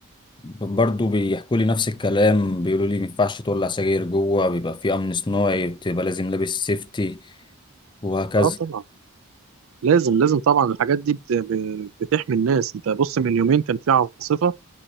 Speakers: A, on the left; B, on the right.
A: برضه بيحكوا لي نفس الكلام بيقولوا لي ما ينفعش تولع سجاير جوه بيبقى في أمن صناعي بتبقى لازم لابس سيفتي وهكذا
B: اه طبعا لازم لازم طبعا الحاجات دي بت- ب- بتحمي الناس انت بص من يومين كان في عاصفة